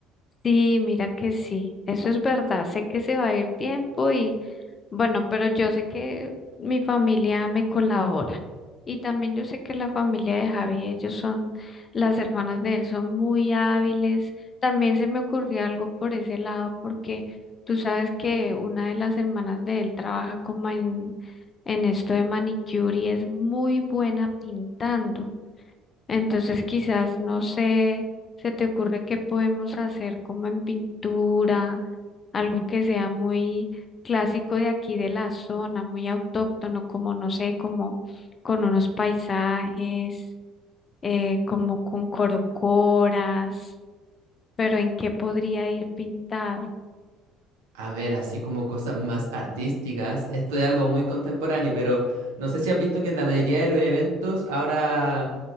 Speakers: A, on the left (about 40°); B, on the right (about 80°).
A: Sí, mira que sí, eso es verdad, sé que se va a ir tiempo y bueno, pero yo sé que mi familia me colabora y también yo sé que la familia de Javi, ellos son, las hermanas de él son muy hábiles, también se me ocurrió algo por ese lado porque tú sabes que una de las hermanas de él trabaja como en, en esto de manicure y es muy buena pintando. Entonces, quizás, no sé, se te ocurre qué podemos hacer como en pintura, algo que sea muy clásico de aquí de la zona, muy autóctono, como, no sé, como con unos paisajes, eh, como con corocoras, pero ¿en qué podría ir pintado?
B: A ver, así como cosas más artísticas, esto es algo muy contemporáneo, pero no sé si has visto que en la mayoría de los eventos ahora,